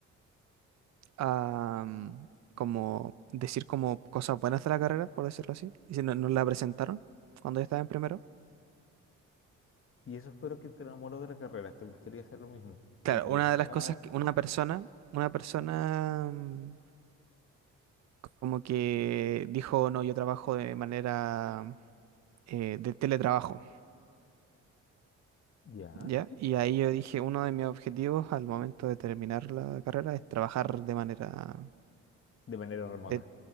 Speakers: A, on the right (about 60°); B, on the left (about 45°).
A: a mm, como decir como cosas buenas de la carrera, por decirlo así, y si no, nos la presentaron cuando yo estaba en primero.
B: Y eso fue lo que te enamoró de la carrera. ¿Te gustaría hacer lo mismo?
A: Claro,
B: Como
A: una
B: educar,
A: de las cosas que una persona, una persona mm, como que dijo, no, yo trabajo de manera eh, de teletrabajo,
B: ya,
A: ¿ya?
B: y
A: Y ahí yo dije, uno de mis objetivos al momento de terminar la carrera es trabajar de manera,
B: de manera remota.
A: de,